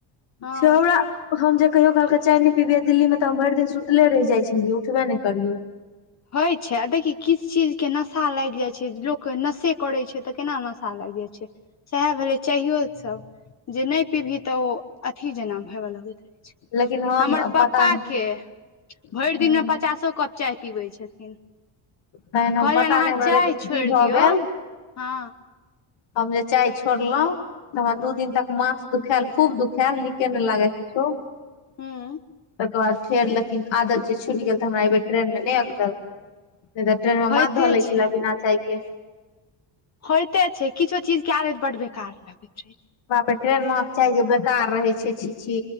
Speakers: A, on the left; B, on the left.
A: हँ
B: से हमरा हम जे कहियो कालके चाय नहि पीबियै दिल्लीमे तऽ हम भरि दिन सुतले रहि जाइ छलियै। उठबे नहि करियै।
A: होइ छै आ देखी किछ चीज के नशा लागि जाइ छै, लोक नशे करैत छै तऽ केना नशा लागि जाइ छै। सएह भेलै चाहियो सभ। जे नहि पीबही तऽ ओ अथी जेना <unintelligible> लगै
B: लेकिन हम
A: हमर पप्पा
B: पता
A: के, भरि
B: नहि
A: दिन मे पचासो कप चाय पीबै छथिन।
B: तहन हम
A: कहलियन
B: पता
A: अहाँ
B: नहि हमरा
A: चाय
B: लेकिन की
A: छोड़ि
B: भऽ
A: दियौ,
B: गेल
A: हँ।
B: हम जे चाय छोड़लों हमरा दू दिन तक माथ दुखाल खूब दुखा खाल नीके नहि लागे कीछो तकर
A: हूं
B: बाद फेर लेकिन आदत जे छुटि गेल तऽ हमरा एहि बेेर ट्रेन मे नहि अखरल। नहि तऽ ट्रेन मे
A: होइते
B: माथ धऽ ले
A: छै
B: छलै बिना चाय के।
A: होयते छै किछो चीज के आदत बड बेकार लगय
B: बाप ड़े ट्रेन महक चाय जै बेकार कार रहे छै छि छि